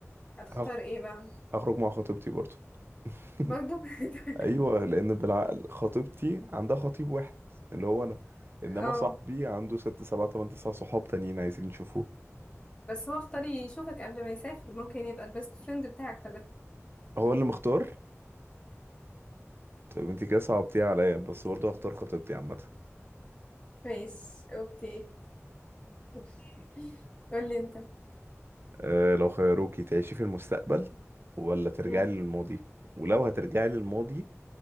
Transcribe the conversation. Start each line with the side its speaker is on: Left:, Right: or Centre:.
Left: هتختار
Right: هخ-
Left: ايه بقى
Right: هخرج مع خطيبتي برضه <laughs>
Left: برضو <laughs>
Right: ايوه لان بالعقل خطيبتي عندها خطيب واحد اللي هو انا انما
Left: اه
Right: صاحبي عنده ست سبعة تمن تسع صحاب تانيين عايزين يشوفوه
Left: بس هو اختار يشوفك قبل ما يسافر ممكن يبقى البيست فريند بتاعك ولا
Right: هو اللي مختار طيب انت كده صعبتيها عليا بس برضه هختار خطيبتي عامة
Left: ماشي اوكي <laughs> قولي انت
Right: أه لو خيروكي تعيشي في المستقبل ولا ترجعي
Left: مم.
Right: للماضي ولو هترجعي للماضي